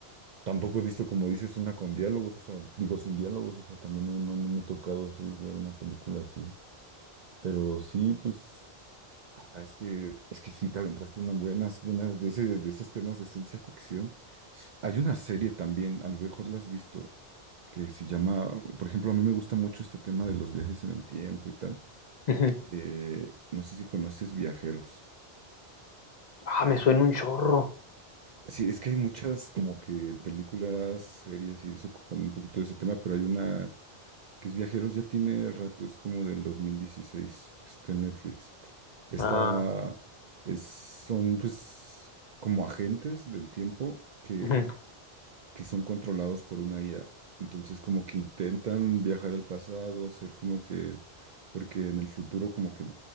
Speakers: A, on the right; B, on the left.
A: Tampoco he visto, como dices, una con diálogos, o sea, digo sin diálogos, o sea, también no, no, no me ha tocado sí, ver una película así. Pero sí, pues, ah, es que, es que sí, te aventaste unas buenas, una de, ese, de esos temas de ciencia ficción. Hay una serie también, a lo mejor la has visto, que se llama, por ejemplo, a mí me gusta mucho este tema de los viajes en el tiempo y tal.
B: Ujú.
A: Eh, no sé si conoces Viajeros.
B: Ah, me suena un chorro.
A: Sí, es que hay muchas como que películas, series y eso con un poquito de ese tema, pero hay una que es Viajeros, ya tiene rato, es como del 2016, está en Netflix. Esta
B: Ah,
A: es, son pues como agentes del tiempo que
B: ujú,
A: que son controlados por una IA. Entonces como que intentan viajar al pasado, hacer como que, porque en el futuro como que